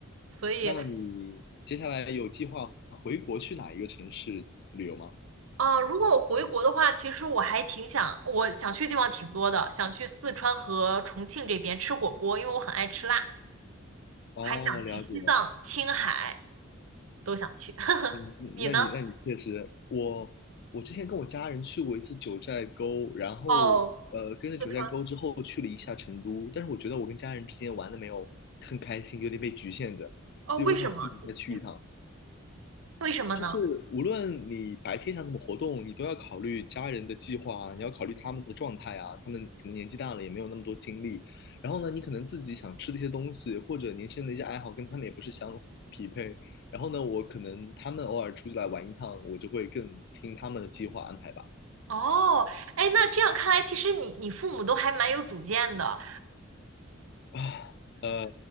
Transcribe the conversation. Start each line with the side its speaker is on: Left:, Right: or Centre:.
Right: 所以，
Left: 那你接下来有计划回国去哪一个城市旅游吗？
Right: 呃，如果我回国的话，其实我还挺想，我想去的地方挺多的，想去四川和重庆这边吃火锅，因为我很爱吃辣，
Left: 哦，
Right: 还想去西藏、
Left: 了解。
Right: 青海，都想去。<laughs>
Left: 嗯，
Right: 你呢？
Left: 那你那你确实，我我之前跟我家人去过一次九寨沟，然后呃跟着九寨沟之后去了一下成都，
Right: 哦，四川，
Left: 但是我觉得我跟家人之间玩的没有很开心，有点被局限着，
Right: 哦，
Left: 所以我想自己再去一趟。
Right: 为什么？你你为什么呢？
Left: 就是无论你白天想怎么活动，你都要考虑家人的计划啊，你要考虑他们的状态啊，他们可能年纪大了也没有那么多精力。然后呢，你可能自己想吃的一些东西，或者年轻人的一些爱好跟他们也不是相匹配。然后呢，我可能他们偶尔出去来玩一趟，我就会更听他们的计划安排吧。
Right: 哦，哎，那这样看来，其实你你父母都还蛮有主见的。
Left: 啊，呃，